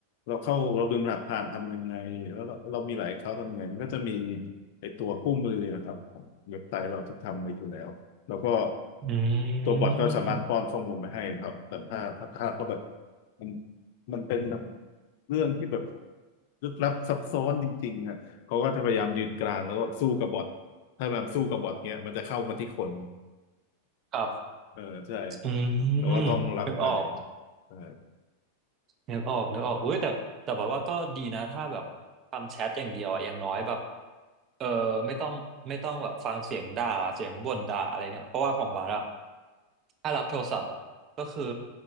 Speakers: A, on the left; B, on the right.
A: เราเข้าเราลืมรหัสผ่านทำยังไงแล้วเราเรามีหลายเขาทำยังไงมันก็จะมีไอตัวคู่มือนะครับของเว็บไซต์เราที่ทำไว้อยู่แล้ว แล้วก็
B: อืม
A: ตัวบอทก็สามารถป้อนข้อมูลมาให้ครับแต่ถ้าถ้าถ้าเขาแบบมันมันเป็นแบบเรื่องที่แบบลึกลับซับซ้อนจริงๆอ่ะเขาก็จะพยายามยืนกรานแล้วก็แบบสู้กับบอทถ้ามันสู้กับบอทเนี้ยมันจะเข้ามาที่คน
B: ครับ
A: เออใช่ครับแต่ว่าต้องรับไป
B: อืมนึกออก
A: เออ
B: นึกออกนึกออกอุ้ยแต่แต่แบบว่าก็ดีนะถ้าแบบทำแชทอย่างเดียวอะอย่างน้อยแบบเออไม่ต้องไม่ต้องแบบฟังเสียงด่าเสียงบ่นด่าอะไรเงี้ยเพราะว่าของบาร์อะถ้ารับโทรศัพท์อะก็คือ